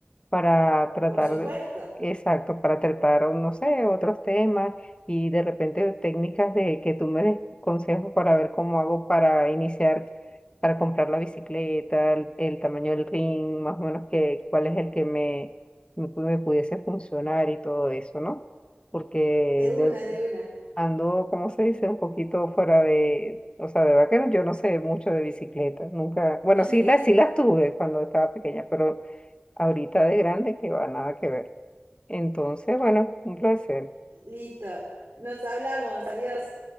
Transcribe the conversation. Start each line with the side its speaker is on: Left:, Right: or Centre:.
Left: para tratar,
Right: Por supuesto.
Left: exacto, para tratar, no sé, otros temas y de repente técnicas de que tú me des consejos para ver cómo hago para iniciar, para comprar la bicicleta, el, el tamaño del ring, más o menos que, cuál es el que me, me, pu- me pudiese funcionar y todo eso, ¿no? Porque
Right: De una,
Left: de,
Right: de una.
Left: Ando, ¿cómo se dice? Un poquito fuera de, o sea, de verdad que no- yo no sé mucho de bicicletas, nunca, bueno,
Right: <laughs>
Left: sí las, sí las tuve cuando estaba pequeña, pero ahorita de grande que va, nada que ver. Entonces, bueno, un placer.
Right: Listo. Nos hablamos. Adiós.